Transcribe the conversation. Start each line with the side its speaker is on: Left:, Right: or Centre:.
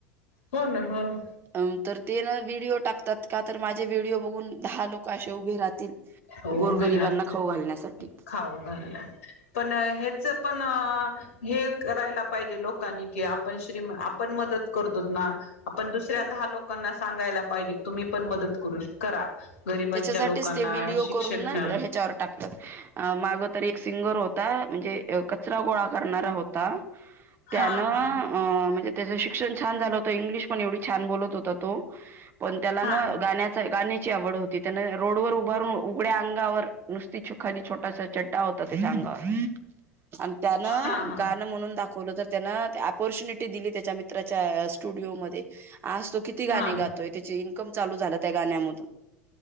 Left: हो ना हो ना
Right: अ तर ते ना व्हिडिओ टाकतात. का तर माझे व्हिडिओ बघून दहा लोक असे उभे राहतील.
Left: हो
Right: गोरगरिबांना
Left: उभे राहते
Right: खाऊ घालण्यासाठी.
Left: खाऊ घाल पण हेच पण हे करायला पाहिजे लोकांनी कि आपण श्रीम आपण मदत करतोत ना आपण दुसऱ्या दहा लोकांना सांगायला पाहिजे तुम्ही पण मदत करू शक करा. गरिबांच्या
Right: त्याच्यासाठीच
Left: लोकांना
Right: ते व्हिडिओ
Left: शिक्षण
Right: करून ना हेच्यावर टाकतात मागं तर एक क सिंगर होता म्हणजे कचरा गोळा करणारा होता. त्यानं
Left: हा हा
Right: अ म्हणजे त्याचं शिक्षण छान झालं होतं इंग्लिश पण एवढी छान बोलत होता त तो पण त्याला
Left: हा
Right: ना गाण्याचा गाण्या ची आवड होत ती त्यानं रोड वर उभारू उघड्या अंगावर नुसती खाली छोटासा चड्डा होता त्याच्या अंगावर. आणि त्यानं
Left: हा हा
Right: गाणं म्हणून दा खवलं तर त्यांनं ऑपॉर्च्युनिटी दिली त्याच्या मित्राच्या अ स्टुडिओमध्ये. आज तो किती गाणी
Left: हा
Right: गातोय त्याची कम चालू झालं त्या गाण्यामधून.